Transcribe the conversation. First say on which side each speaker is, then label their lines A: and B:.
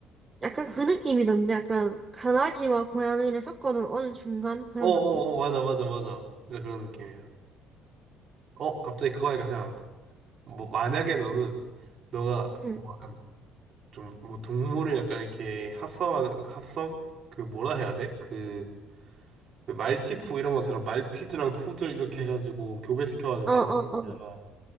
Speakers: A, on the right; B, on the right.
A: 약간 그 느낌이던데? 약간 강아지와 고양이를 섞어놓은 어느 중간 그런
B: 어어어,
A: 느낌?
B: 맞아, 맞아, 맞아. 진짜 그런 느낌이야. 어, 갑자기 그거 하니까 생각난다. 뭐, 어, 만약에 너는, 너가,
A: 응.
B: 어, 뭐 약간, 좀, 뭐, 동물을 약간 이렇게 합성하는, 합성? 그, 뭐라 해야 돼? 그, 그 말티푸 이런 것처럼, 말티즈랑 푸들 이렇게 해가지고, 교배시켜가지고
A: 어,
B: 나오는
A: 어, 어.
B: 거잖아.